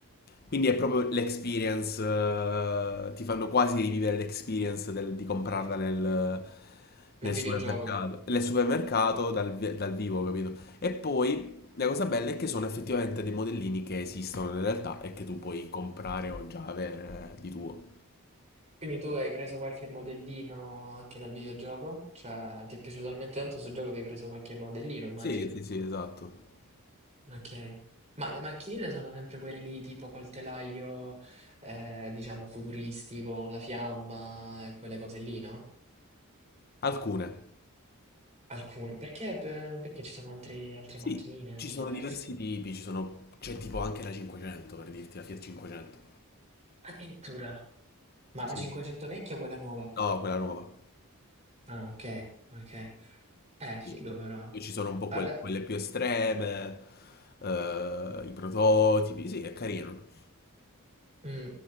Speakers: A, on the left; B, on the right.
A: Quindi è proprio l'experience, eh, ti fanno quasi rivivere l'experience del- di comprarla nel, nel
B: Nel videogioco.
A: supermercato. Nel supermercato dal, vi- dal vivo, capito? E poi la cosa bella è che sono effettivamente dei modellini che esistono in realtà e che tu puoi comprare o già avere eh, di tuo.
B: Quindi tu hai preso qualche modellino anche dal videogioco? Cioè, ti è piaciuto talmente tanto sto gioco che hai preso qualche modellino, immagino.
A: Sì, sì, sì, esatto.
B: Ok. Ma le macchinine sono sempre quelle lì, tipo col telaio, eh, diciamo, futuristico, con la fiamma e quelle cose lì, no?
A: Alcune.
B: Alcune. Perché, per- perché ci sono altre, altre
A: Sì,
B: macchinine anche
A: ci sono
B: diverse?
A: diversi tipi, ci sono... C'è tipo anche la 500, per dirti, la Fiat 500.
B: Addirittura. Ma
A: Sì.
B: la 500 vecchia o quella nuova?
A: No, quella nuova.
B: Ah, ok, ok. Eh, figo
A: Sì.
B: però.
A: Poi ci sono un po'
B: Allora,
A: quelle, quelle più estreme, eh, i prototipi, sì, è carino.
B: Mm.